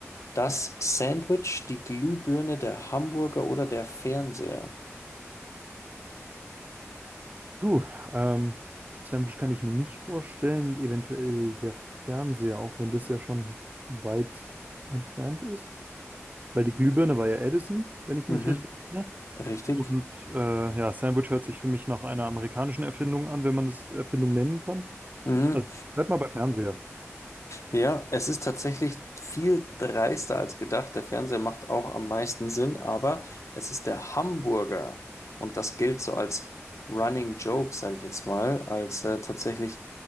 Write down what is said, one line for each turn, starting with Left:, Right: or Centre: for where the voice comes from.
Left: Das Sandwich, die Glühbirne, der Hamburger oder der Fernseher?
Right: Du, ähm, Sandwich kann ich mir nicht vorstellen, eventuell der Fernseher, auch wenn das ja schon weit entfernt ist. Weil die Glühbirne war ja Edison, wenn ich
Left: Mhm,
Right: mich richtig erinnere.
Left: richtig.
Right: Und äh, ja, Sandwich hört sich für mich nach einer amerikanischen Erfindung an, wenn man das Erfindung nennen kann.
Left: Mhm.
Right: Also bleib mal bei Fernseher.
Left: Ja, es ist tatsächlich viel dreister als gedacht. Der Fernseher macht auch am meisten Sinn, aber es ist der Hamburger. Und das gilt so als Running Joke, sage ich jetzt mal, als äh, tatsächlich,